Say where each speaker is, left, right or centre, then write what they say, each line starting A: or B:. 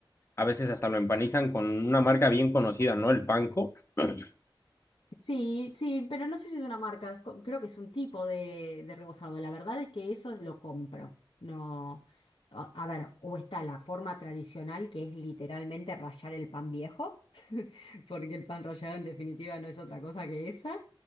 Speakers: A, on the left; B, on the left.
A: a veces hasta lo empanizan con una marca bien conocida, ¿no? El panko. <clears throat>
B: Sí, sí, pero no sé si es una marca, es co- creo que es un tipo de, de rebozado. La verdad es que eso lo compro. No, a, a ver, o está la forma tradicional que es literalmente rallar el pan viejo, <laughs> porque el pan rallado en definitiva no es otra cosa que esa.